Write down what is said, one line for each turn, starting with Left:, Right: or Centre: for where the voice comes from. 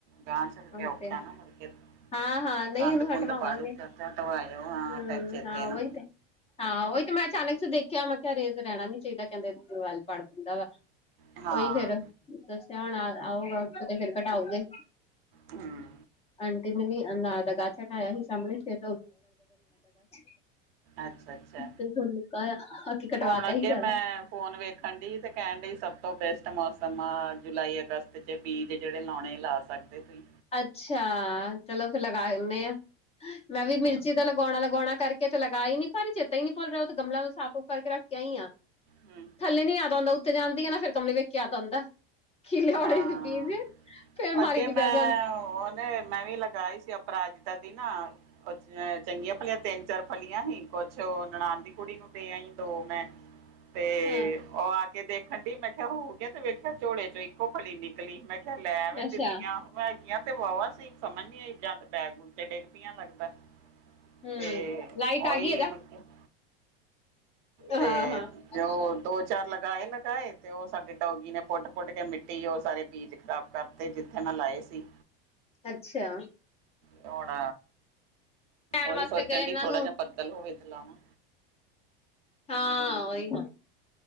Right: ਡਾਂਸ ਛੱਡ ਕੇ
Left: ਉਹ
Right: ਔਖਾ
Left: ਤੇ
Right: ਨਾ ਮੋਰ ਕੇ।
Left: ਹਾਂ-ਹਾਂ ਨਹੀਂ
Right: ਕੰਦ
Left: ਉਹਨੂੰ
Right: -ਕੁੰਦ
Left: ਹਟਵਾਵਾਂਗੇ
Right: ਪਾੜੂ ਚਰਚਾ ਧਵਾਇਓ
Left: ਹੂੰ
Right: ਆ ਚੇਤੇ
Left: ਹਾਂ ਉਹੀ
Right: ਨਾ।
Left: ਹਾਂ ਉਹੀ ਤੇ ਮੈਂ ਅਚਾਨਕ ਚ ਦੇਖਿਆ ਮੈਂ ਕਿਹਾ ਰੇਜਰ ਰਹਿਣਾ ਨੀ ਚਾਹੀਦਾ ਕਹਿੰਦੇ ਦੀਵਾਲ ਪੜ ਦਿੰਦਾ ਵਾ।
Right: ਹਾਂ
Left: ਉਹੀ ਫਿਰ ਦੱਸਿਆ ਹੁਣ ਆਊਗਾ ਉੱਥੋਂ ਤੇ ਫਿਰ ਘਟਾਓਗੇ।
Right: ਹੂ,,,
Left: ਆਂਟੀ ਨੇ ਵੀ ਅਨਾਜ ਦਾ ਗੜ ਹਟਾਇਆ ਸੀ ਸਾਹਮਣੇ ਫਿਰ <unintelligible>
Right: ਅੱਛਾ ਅੱਛਾ
Left: ਤੇ ਫੁੱਲ ਉੱਗਿਆ ਹੋਇਆ ਬਾਕੀ ਕਟਵਾ
Right: ਹੁਣ
Left: ਦਿੱਤਾ
Right: ਅੱਗੇ
Left: ਸੀ ਸਾਰਾ।
Right: ਮੈਂ ਫੋਨ ਵੇਖਣ ਦੀ ਤੇ ਕਹਿਣ ਸਭ ਤੋਂ ਬੈਸਟ ਮੌਸਮ ਆ ਜੁਲਾਈ ਅਗਸਤ ਚ ਬੀਜ ਜਿਹੜੇ ਲਾਉਣੇ ਲਾਸਟ। ਪੜਦੇ ਕਈ
Left: ਅੱਛਾ ਚਲੋ ਫਿਰ ਲਗਾ ਲਦੇ ਹਾਂ ਮੈਂ ਵੀ ਮਿਲ। ਇਸ ਚੀਜ਼ ਦਾ ਲਗਾਉਣਾ ਲਗਾਉਣਾ ਕਰਕੇ ਤੇ ਲਗਾ ਹੀ ਨਹੀਂ ਪਰ ਹੀ ਚੇਤਾ ਹੀ ਨੀ ਭੁੱਲ ਰਿਹਾ ਉਹ ਤੇ ਗਮਲਾ ਸਾਫ਼ ਸੂਫ ਕਰਕੇ ਰੱਖ ਕੇ ਆਈ ਹਾਂ।
Right: ਹੂ,,,
Left: ਥਲੇ ਨਹੀਂ ਯਾਦ ਆਉਂਦਾ ਉੱਤੇ ਜਾਂਦੀ ਨਾ ਫਿਰ ਗਮਲੇ ਵੇਖ ਕੇ ਆ ਜਾਂਦਾ ਖਿਲਾਉਣੇ
Right: ਹਾਂ
Left: ਦੇ ਬੀ ਵੇ ਫਿਰ ਮਾਰੀ
Right: ਅੱਗੇ
Left: ਦੀ ਬੈਲ
Right: ਉਹਨੇ ਮੈਂ ਵੀ ਲਗਾਈ ਸੀ ਅਪਰਾਜਤਾ ਦੀ ਨਾ। ਕੁਛ ਚੰਗੀਆਂ ਫਲੀਆਂ ਤਿੰਨ ਚਾਰ ਫਲੀਆਂ ਹੀ ਕੁਛ ਨਨਾਨ ਦੀ ਕੁੜੀ ਨੂੰ ਦੇ ਆਈ ਹੀ ਦੋ ਮੈਂ।
Left: <inaudible>
Right: ਤੇ
Left: ਹਾਂ
Right: ਉਹ ਆ ਕੇ ਦੇਖਣ ਡੀ ਮੈਂ ਕਿਹਾ ਹੋ ਗਿਆ ਤੇ ਵੇਖਿਆ ਝੋਲੇ ਚੋਂ ਇੱਕੋ ਫਲੀ ਨਿਕਲੀ। ਮੈਂ ਕਿਹਾ ਲੈਵੇਂ
Left: ਅੱਛਾ
Right: ਦਿੱਤੀਆਂ ਮੈ ਆਂ ਤੇ ਵਾਹਵਾ ਸੀ ਸਮਝ ਨੀ ਜਦ। ਪੈਪ ਤੇ ਡਿੱਗ ਪੀਆਂ ਮਰਦਾ
Left: ਹੂੰ
Right: ਤੇ
Left: ਲਾਈਟ
Right: ਉਹੀ
Left: ਆ ਗਈ ਇਹਦਾ
Right: ਮਤਲਬ।
Left: ਹਾਂ
Right: ਤੇ
Left: ਹਾਂ ਅੱਛਾ
Right: ਉਹ ਦੋ ਚਾਰ ਲਗਾਏ ਲਗਾਏ ਤੇ ਉਹ ਸਾਡੇ ਡੌਗੀ ਨੇ। ਪੁੱਟ -ਪੁੱਟ ਕੇ ਮਿੱਟੀ ਉਹ ਸਾਰੇ ਬੀਜ ਖ਼ਰਾਬ ਕਰਤੇ ਜਿੱਥੇ ਮੈਂ ਲਾਏ ਸੀ।
Left: ਅੱਛਾ
Right: ਤੋਣ
Left: ਲੈਣ
Right: ਉਹੀ
Left: ਵਾਸਤੇ
Right: ਸੋਚਣ
Left: ਗਏ ਇਹਨਾਂ
Right: ਡੀ ਥੋੜਾ
Left: ਨੂੰ
Right: ਜਿਹਾ ਬੱਦਲ ਹੋਵੇ ਲਾਵਾਂ।
Left: ਹਾਂ ਉਹੀ ਨਾ